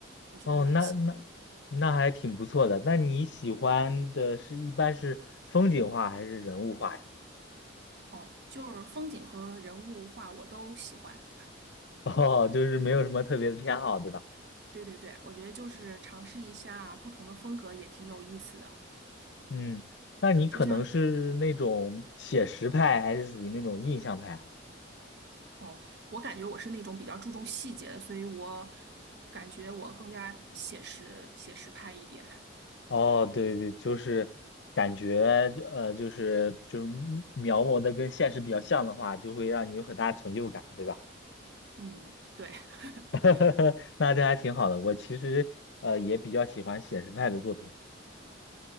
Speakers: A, on the right; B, on the left.
A: 我觉得蛮喜欢。
B: 哦，那那那还挺不错的。那你喜欢的是一般是风景画还是人物画呀？
A: 哦，就是风景和人物画我都喜欢。
B: <laughs> 哦，就是没有什么特别的偏好，对吧？
A: 对对对，我觉得就是尝试一下不同的风格也挺有意思的。
B: 嗯，那你可能是那种写实派，
A: 就像
B: 还是属于那种印象派啊？
A: 哦，我感觉我是那种比较注重细节的，所以我感觉我更加写实写实派一点。
B: 哦，对对，就是感觉呃，就是就是描摹的跟现实比较像的话，就会让你有很大成就感，对吧？
A: 嗯，对。<laughs>
B: <laughs> 那这还挺好的。我其实呃也比较喜欢写实派的作品。